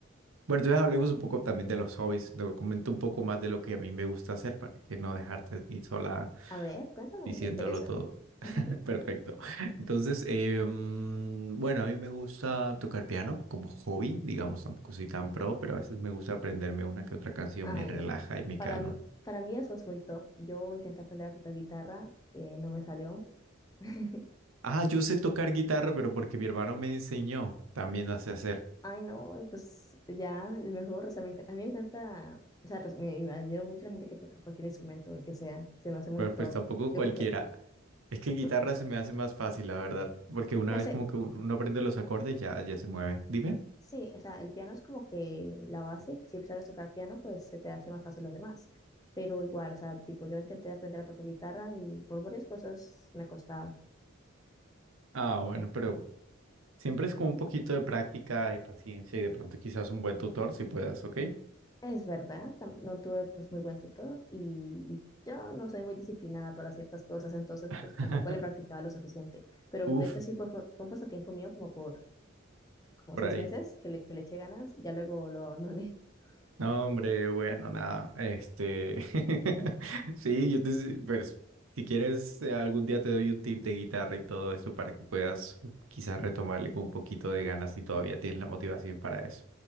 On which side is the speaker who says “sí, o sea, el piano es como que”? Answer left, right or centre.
Left